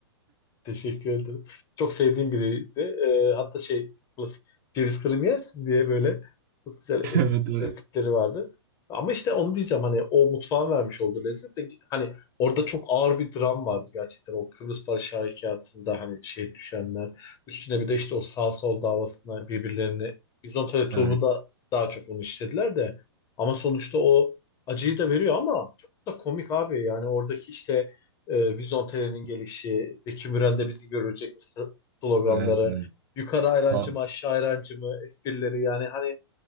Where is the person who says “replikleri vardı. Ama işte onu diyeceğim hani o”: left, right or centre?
Left